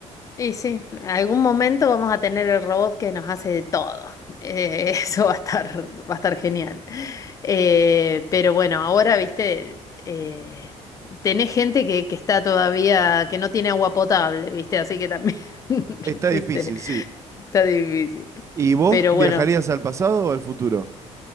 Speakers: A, on the left; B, on the right.
A: Y sí, algún momento vamos a tener el robot que nos hace de todo. Eh, <laughs> eso va a estar, va a estar genial. Eh, pero bueno, ahora, viste, eh, tenés gente que, que está todavía, que no tiene agua potable, viste, así que también, <laughs>
B: Está difícil,
A: viste,
B: sí.
A: está difícil.
B: ¿Y vos
A: Pero
B: viajarías
A: bueno,
B: al pasado o al futuro?